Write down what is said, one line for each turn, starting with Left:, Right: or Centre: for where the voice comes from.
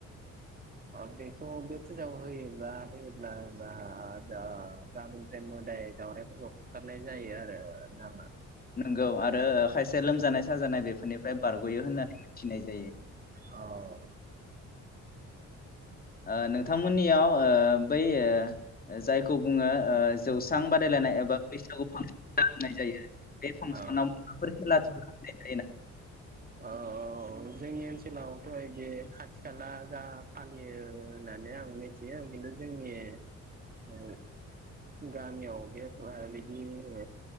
Right: अ बेखौ बे फुजाखौ होयोब्ला होयोब्ला दा गाबोननिफ्राय मोदाय दावरायफोरखौ होखारनाय जायो आरो नामा
Left: नोंगौ आरो ओ खायसे लोमजानाय साजानाय बेफोरनिफ्राय बारग'यो होननानै मिथिनाय जायो।
Right: औ
Left: ओ नोंथांमोननियाव ओ बै ओ जायखौ बुंङो ओ जौस्रां बादायलायनाय एबा बैसागु फांसन <unintelligible> जायो। बे फांसनाव
Right: औ
Left: माबाफोर खेलाधुला होनाय जायो नामा?
Right: औ <unintelligible> जोंनि ओनसोलावथ' इदि खाथि खाला जा फालियो होननानै आं मिथियो खिन्थु जोंनि ओ गामियाव बे बिदि ओ